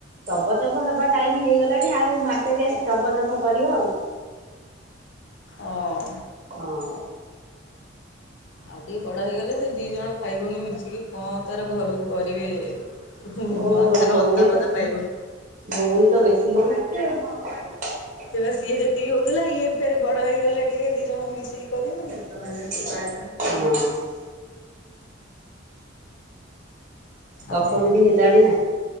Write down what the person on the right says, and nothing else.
ଚବଚପ ହେବା ଟାଇମ୍ ହେଇଗଲାଣି ଆଉ ମାସେକ ଚବଚପ କରିବ ଆଉ।
ହଁ।
ଓ
ଭଉଣୀ
ତ
ଭଉଣୀ ତ ବେଶୀ ହଉଚି ଆଉ।
ହଁ। ଦଶ
ବିଧି ହେଲାଣି ନା।